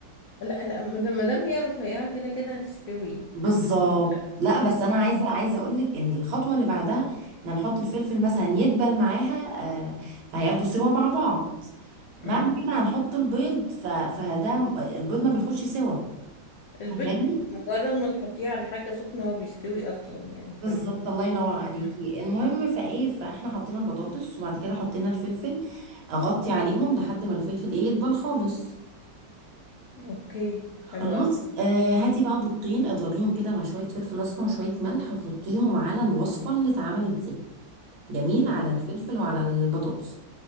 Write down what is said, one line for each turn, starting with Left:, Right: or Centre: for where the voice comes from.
Left: لا لا مادام مادام هي رفيعة كده كده هتستوي
Right: بالظبط
Left: آه، اه لا
Right: لا بس انا عايزه
Left: مم.
Right: عايزه اقول لك ان الخطوه اللي بعدها ان هنحط الفلفل مثلا يدبل معاها آه فهياخدوا سوا مع بعض
Left: مم.
Right: بعد كده هنحط البيض ف... فده م- البيض ما بياخدش سوا
Left: البيض
Right: فاهماني
Left: مجرد ما تحطيه على حاجة سخنة هو بيستوي أصلا يعني فاهمة
Right: بالظبط الله ينور عليكي
Left: مم.
Right: المهم فايه فاحنا حطينا البطاطس وبعد كده حطينا الفلفل اغطي عليهم لحد ما الفلفل ايه يدبل خالص
Left: أوكي
Right: خلاص
Left: حلو أوي
Right: آه هاتي بقى بيضتين اضربيهم كده مع شويه فلفل اسمر وشويه ملح وحطيهم على الوصفه اللي اتعملت دي جميل على الفلفل وعلى البطاطس